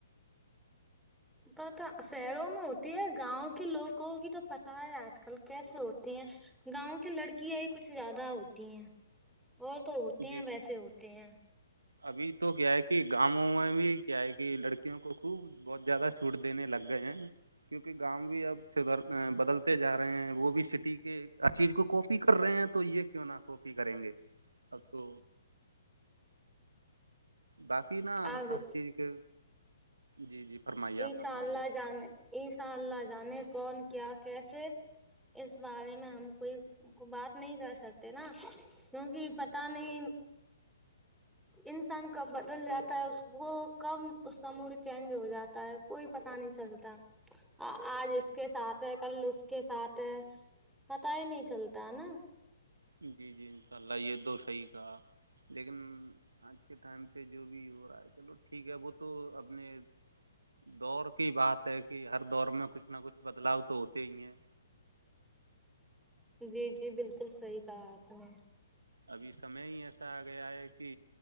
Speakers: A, in the centre; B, on the right.
A: پتا شہروں میں ہوتی ہے گاؤں کے لوگوں کی تو پتا ہے آج کل کیسے ہوتی ہیں گاؤں کی لڑکیاں ہی کچھ زیادہ ہوتی ہیں اور تو ہوتے
B: جی
A: ہیں ویسے ہوتے ہیں
B: ابھی تو کیا ہے کہ گاؤوں میں بھی کیا ہے کہ لڑکیوں کو خوب بہت زیادہ چھوٹ دینے لگ گئے ہیں کیونکہ گاؤں بھی اب بدل جا رہے ہیں وہ بھی سٹی کے چیز کو کاپی کر رہے ہیں تو یہ کیوں نہ کاپی کریں گے ہ تو باقی نا
A: اب
B: ہر چیز کے جی جی فرمائیے
A: انشاء
B: فرمائیے
A: اللہ جانے ایشاء اللہ جانے کون کیا کیسے اس بارے میں ہم کوئی کو بات نہیں کر سکتے نا کیونکہ پت نہیں انسان کب بدل جاتا ہے اس وہ کب اس کا موڈ چینج ہو جاتا ہے کوئی پتا نہیں چلتا آج اس کے ساتھ ہے کل اس کے ساتھ ہے پتا ہی نہیں چلتا ہے نا
B: جی جی ان شاء اللہ یہ تو صحیح کا لیکن آج کے ٹائم پہ جو بھی ہو رہا ہے چلو ٹھیک ہے وہ تو اپنے دور کی بات ہے کہ ہر دور میں کچھ نہ کچھ بدلاؤ تو ہوتے ہی ہیں
A: جی جی بالکل صحیح کہا آپ نے
B: ابھی سمے ہی ایسا آ گیا ہے کہ